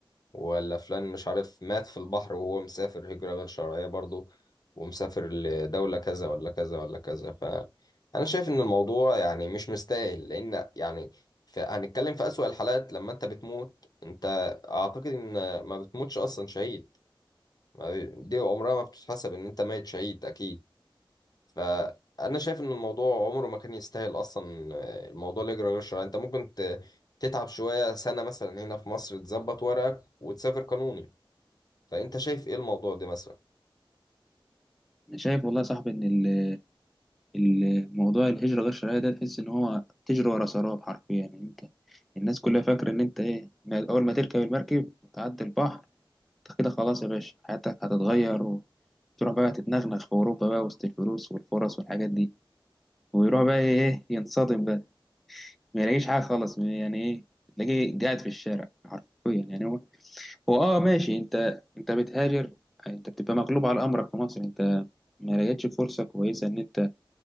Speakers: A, on the left; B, in the centre.
A: ولا فلان مش عارف مات في البحر وهو مسافر هجرة غير شرعية برضه ومسافر لدولة كذا ولا كذا ولا كذا فأنا شايف إن الموضوع يعني مش مستاهل لأن يعني ف- هنتكلم في أسوأ الحالات لما أنت بتموت أنت أعتقد إن ما بتموتش أصلا شهيد ما بي- دي عمرها ما بتتحسب إن أنت ميت شهيد أكيد فأنا شايف إن الموضوع عمره ما كان يستاهل أصلا آه، الموضوع الهجرة غير شرعية أنت ممكن ت- تتعب شوية سنة مثلا هنا في مصر تظبط ورقك وتسافر قانوني فانت شايف ايه الموضوع ده مثلا
B: أنا شايف والله يا صاحبي إن ال- ال- موضوع الهجرة غير الشرعية ده تحس إن هو تجري ورا سراب حرفيا يعني أنت الناس كلها فاكرة إن أنت إيه ما- أول ما تركب المركب وتعدي البحر أنت كده خلاص يا باشا حياتك هتتغير وتروح بقى تتنغنغ في أوروبا بقى وسط الفلوس والفرص والحاجات دي ويروح بقى إيه إيه، ينصدم بقى ما يلاقيش حاجة خالص يعني إيه تلاقيه قاعد في الشارع حرفيا يعني هو هو آه ماشي أنت أنت بتهاجر أنت بتبقى مغلوب على أمرك في مصر أنت ما لقيتش فرصة كويسة إن أنت